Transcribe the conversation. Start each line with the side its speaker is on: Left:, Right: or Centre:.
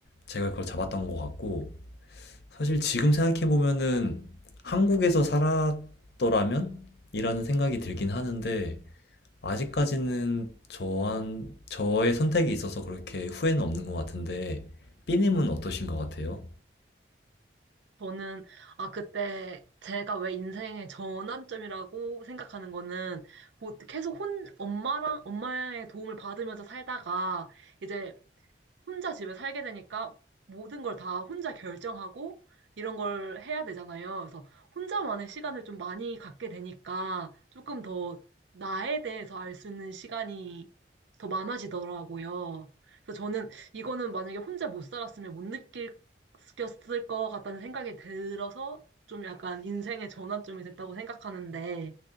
Left: 제가 그걸 잡았던 것 같고, 사실 지금 생각해보면은 한국에서 살았더라면? 이라는 생각이 들긴 하는데, 아직까지는 저한, 저의 선택에 있어서 그렇게 후회는 없는 것 같은데, 삐님은 어떠신 것 같아요?
Right: 저는, 아, 그때 제가 왜 인생의 전환점이라고 생각하는 거는, 뭐 계속 혼, 엄마랑, 엄마의 도움을 받으면서 살다가, 이제 혼자 집에 살게 되니까 모든 걸 다 혼자 결정하고 이런 걸 해야 되잖아요. 그래서 혼자만의 시간을 좀 많이 갖게 되니까 조금 더 나에 대해서 알 수 있는 시간이 더 많아지더라고요. 그래서 저는 이거는 만약에 혼자 못 살았으면 못 느꼈을 것 같다는 생각이 들어서 좀 약간 인생의 전환점이 됐다고 생각하는데